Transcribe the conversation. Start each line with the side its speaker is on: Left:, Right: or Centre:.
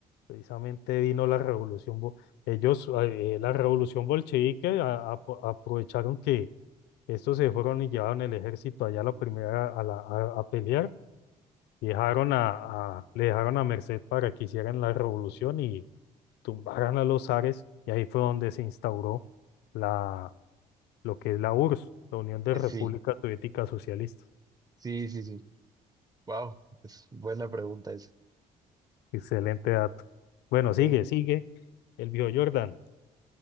Left: Precisamente vino la revolución, bo- ellos, eh, la revolución bolchevique, a- a- aprovecharon que estos se fueron y llevaron el ejército allá a la primera, a la- a a pelear Dejaron a, a- le dejaron a merced para que hicieran la revolución y tumbaran a los zares, y ahí fue donde se instauró la, lo que es la URSS, la Unión de
Right: Eh,
Left: Repúblicas
Right: sí,
Left: Soviéticas Socialistas.
Right: sí, sí, sí. Wow, es buena pregunta esa.
Left: Excelente dato. Bueno, sigue,
Right: En-
Left: sigue. El viejo Jordan.